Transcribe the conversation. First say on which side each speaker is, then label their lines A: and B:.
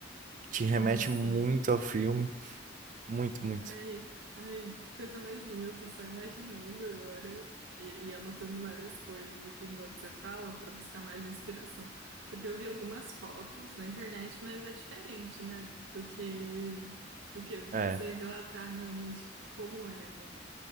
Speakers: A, on the right; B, on the right.
A: Te remete
B: Nossa,
A: muito ao filme. Muito, muito.
B: ai, ai, que coisa mais linda, eu tô só imaginando agora e, e anotando várias coisas aqui enquanto você fala pra buscar mais inspiração. Porque eu vi algumas fotos na internet, mas é diferente, né, do que, do que você
A: É.
B: relatar realmente como é, né?